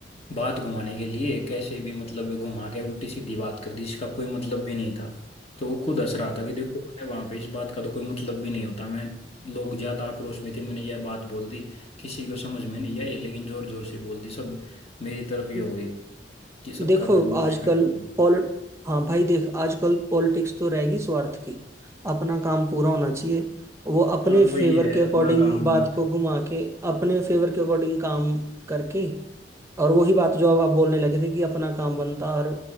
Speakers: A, on the left; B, on the right.
A: बात घुमाने के लिए कैसे भी मतलब घुमा के उल्टी सीधी बात कर दी इसका कोई मतलब भी नहीं था तो वो खुद हंस रहा था कि देखो मैंने वहां पे इस बात का तो कोई मतलब भी नहीं होता मैं लोग ज्यादा आक्रोश में थे मैंने यह बात बोल दी किसी को समझ में नहीं आई लेकिन जोर जोर से बोल दी सब मेरी तरफ ही
B: हम्म
A: हो गई कि सबका
B: देखो
A: प्रेम कुछ
B: आजकल
A: कर दिया
B: पॉल हाँ भाई देख आजकल पॉलिटिक्स तो रहेगी स्वार्थ की अपना काम पूरा होना चाहिए वो अपने
A: हाँ वही
B: फेवर
A: है
B: के अकॉर्डिंग
A: अपना काम
B: बात
A: जन
B: को घुमा के अपने फेवर के अकॉर्डिंग काम करके और वही बात जो अब आप बोलने लगे थे कि अपना काम बनता और